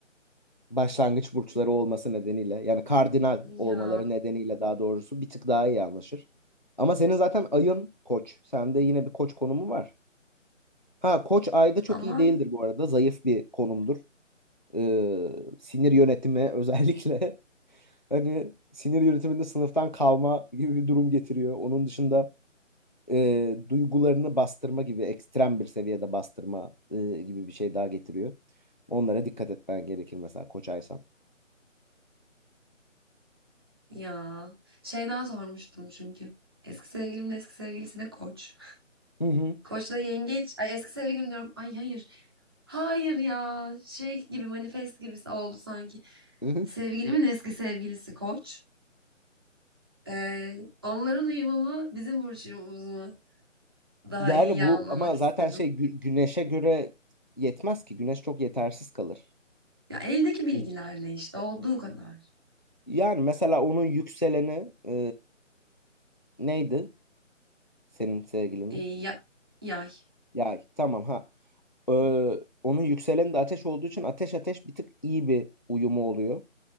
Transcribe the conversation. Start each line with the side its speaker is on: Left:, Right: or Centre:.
Left: başlangıç burçları olması nedeniyle yani kardinal olmaları
Right: Ya
Left: nedeniyle daha doğrusu bir tık daha iyi anlaşır. Ama senin zaten ayın koç. Sende yine bir koç konumu var. Ha koç ayda çok
Right: aman
Left: iyi değildir bu arada. Zayıf bir konumdur. Ee, sinir yönetimi özellikle <laughs> hani sinir yönetiminde sınıftan kalma gibi bir durum getiriyor. Onun dışında e, duygularını bastırma gibi ekstrem bir seviyede bastırma e, gibi bir şey daha getiriyor. Onlara dikkat etmen gerekir mesela koç aysan.
Right: ya. Şeyden sormuştum çünkü. Eski sevgilimin eski sevgilisi de koç.
Left: Hı hı.
Right: Koçla yengeç. Ay eski sevgilim diyorum. Ay hayır. Hayır ya. Şey gibi manifest gibisi oldu sanki.
Left: <laughs>
Right: Sevgilimin eski sevgilisi koç. Ee, onların uyumu mu bizim burç uyumumuz mu? Daha
Left: Yani
Right: iyi
Left: bu
Right: anlamak
Left: ama
Right: istedim.
Left: zaten şey gü- güneşe göre yetmez ki. Güneş çok yetersiz kalır.
Right: Ya eldeki bilgilerle işte olduğu kadar.
Left: Yani mesela onun yükseleni e, neydi? Senin sevgilinin.
Right: Ee, ya- yay.
Left: Yay. Tamam ha. Ee, onun yükseleni de ateş olduğu için ateş ateş bir tık iyi bir uyumu oluyor.